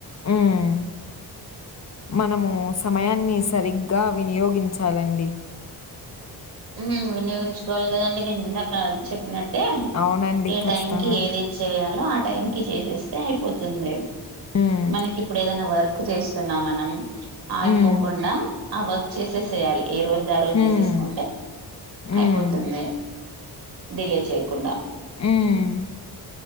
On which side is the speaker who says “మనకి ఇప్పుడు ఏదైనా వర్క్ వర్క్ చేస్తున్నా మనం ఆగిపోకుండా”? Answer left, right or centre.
Right